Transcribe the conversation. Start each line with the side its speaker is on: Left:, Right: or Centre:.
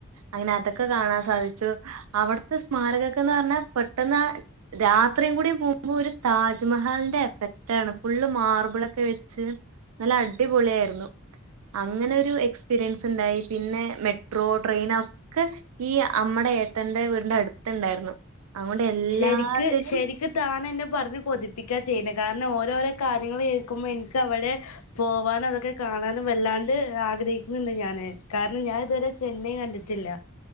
Right: അങ്ങനെ അതൊക്കെ കാണാൻ സാധിച്ചു അവിടുത്തെ സ്മാരകക്കെന്ന് പറഞ്ഞാ പെട്ടെന്ന് ആ രാത്രിയും കൂടി പോകുമ്പോൾ ഒരു താജ്മഹാളിന്റെ എഫക്റ്റണ് ഫുള്ള് മാർബിളൊക്കെ വെച്ച് നല്ല അടിപൊളിയായിരുന്നു അങ്ങനെ ഒരു എക്സ്പീരിയൻസ് ഉണ്ടായി പിന്നെ മെട്രോ ട്രെയിൻ ഒക്കെ ഈ അമ്മടെ ഏട്ടന്റെ വീടിന്റെ അടുത്തുണ്ടായിരുന്നു അതുകൊണ്ട് എല്ലാത്തിനും
Left: ശരിക്ക് ശരിക്ക് താൻ എന്നെ പറഞ്ഞ് കൊതിപ്പിക്കാ ചെയ്യുന്ന കാരണം ഓരോരോ കാര്യങ്ങൾ കേൾക്കുമ്പോൾ എനിക്ക് അവിടെ പോവാനും അതൊക്കെ കാണാനും വല്ലാണ്ട് ആഗ്രഹിക്കുന്നുണ്ട് ഞാന് കാരണം ഞാൻ ഇതുവരെ ചെന്നൈ കണ്ടിട്ടില്ല